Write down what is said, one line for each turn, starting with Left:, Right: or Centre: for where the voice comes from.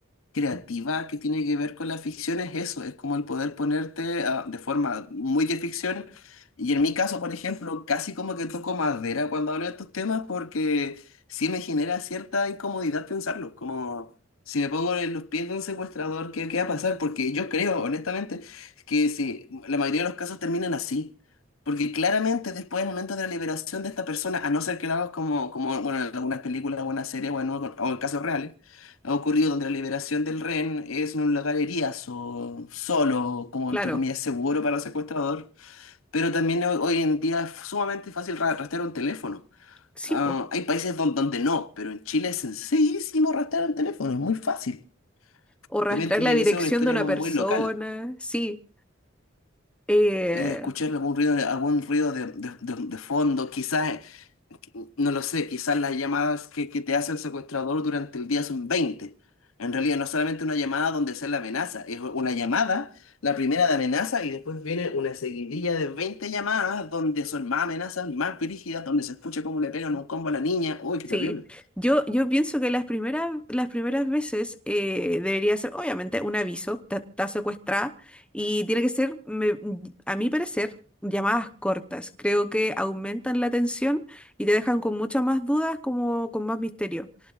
Left: creativa que tiene que ver con la ficción es eso, es como el poder ponerte ah, de forma muy de ficción. Y en mi caso, por ejemplo, casi como que toco madera cuando hablo de estos temas porque sí me genera cierta incomodidad pensarlo, como si me pongo en los pies de un secuestrador, ¿qué, qué va a pasar? Porque yo creo, honestamente, que sí, la mayoría de los casos terminan así. Porque claramente después del momento de la liberación de esta persona, a no ser que lo hagas como, como bueno, en algunas películas o en series o en, o en casos reales, ha ocurrido donde la liberación del rehén es en un lugar eriazo, solo, como
Centre: Claro,
Left: entre comillas seguro para el secuestrador, pero también ho- hoy en día es sumamente fácil ra- rastrear un teléfono.
Centre: sí,
Left: Ah,
Centre: pues.
Left: hay países don- donde no, pero en Chile es sencillísimo rastrear un teléfono, es muy fácil.
Centre: O rastrear
Left: También tendría
Centre: la dirección
Left: que ser una historia
Centre: de una
Left: como
Centre: persona,
Left: muy local.
Centre: sí. eh,
Left: Eh, escuchar algún ruido, algún ruido de, de- de- de fondo, quizás No lo sé, quizás las llamadas que, que te hace el secuestrador durante el día son veinte En realidad no es solamente una llamada donde se la amenaza, es una llamada, la primera de amenaza y después viene una seguidilla de 20 llamadas donde son más amenazas, más brígidas, donde se escucha cómo le pegan un combo a la niña. Uy, qué
Centre: sí.
Left: terrible.
Centre: Yo, yo pienso que las primeras, las primeras veces eh, debería ser, obviamente, un aviso, está está secuestrada, y tiene que ser, me- a mi parecer, llamadas cortas. Creo que aumentan la tensión y te dejan con muchas más dudas, como con más misterio.